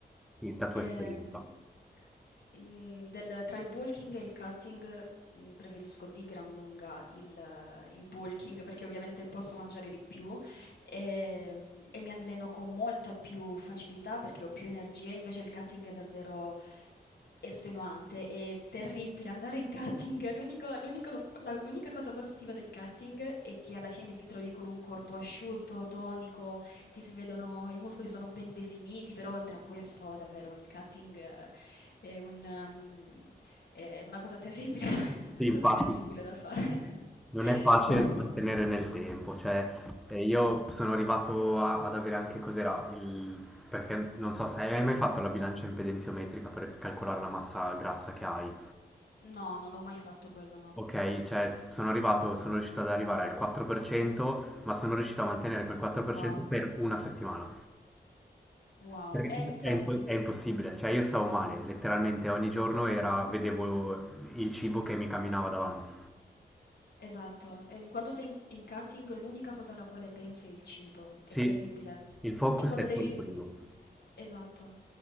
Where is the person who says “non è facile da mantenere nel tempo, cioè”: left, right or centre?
Centre